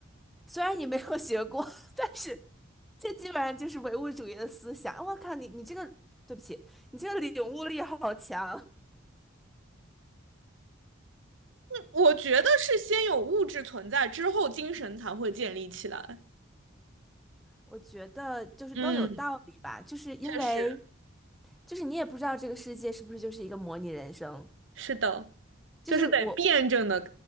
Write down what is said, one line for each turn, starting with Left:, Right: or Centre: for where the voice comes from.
Centre: 虽然你没有学过，<laughs> 但是这基本上就是唯物主义的思想。我靠，你你这个，对不起，你这个领悟力好强。
Right: 我觉得是先有物质存在，之后精神才会建立起来。
Centre: 我觉得就是都有道理吧，
Right: 嗯，
Centre: 就是因为
Right: 确实，
Centre: 就是你也不知道这个世界是不是就是一个模拟人生，
Right: 是的。
Centre: 就是我
Right: 就是得辩证的